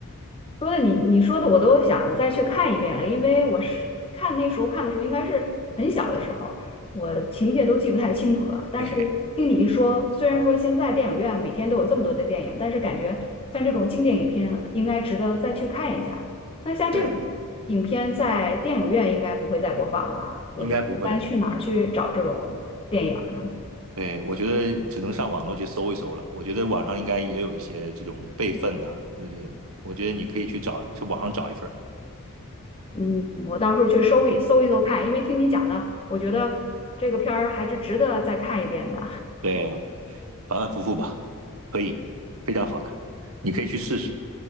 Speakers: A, on the left; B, on the right.
A: 说的你你说的我都想再去看一遍了，因为我是看那时候看的时候应该是很小的时候，我情节都记不太清楚了。但是听你一说，
B: <laughs> 对
A: 虽然说现在电影院每天都有这么多的电影，但是感觉像这种经典影片应该值得再去看一下。像这种
B: 对，
A: 影片在电影院应该不会再播放了吧？我一般去哪儿去找这种电影呢？
B: 应该不会，嗯。对，我觉得只能上网络去搜一搜了。我觉得网上应该也有一些这种备份的啊，那这个，我觉得你可以去找，去网上找一份儿。
A: 嗯，我到时候去搜一搜一搜看，因为听你讲的，我觉得这个片儿还是值得再看一遍的。
B: 对，反反复复吧，可以，非常好看，你可以去试试。